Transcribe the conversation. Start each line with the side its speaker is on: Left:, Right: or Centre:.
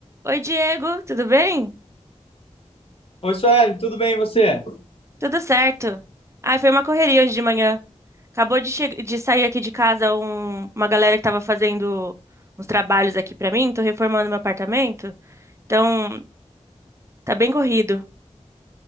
Right: Oi, Diego, tudo bem?
Left: Oi, Sueli, tudo bem e você?
Right: Tudo certo. Ai, foi uma correria hoje de manhã. Acabou de, che- de sair aqui de casa um- uma galera que tava fazendo uns trabalhos aqui pra mim. Tô reformando meu apartamento. Então, tá bem corrido.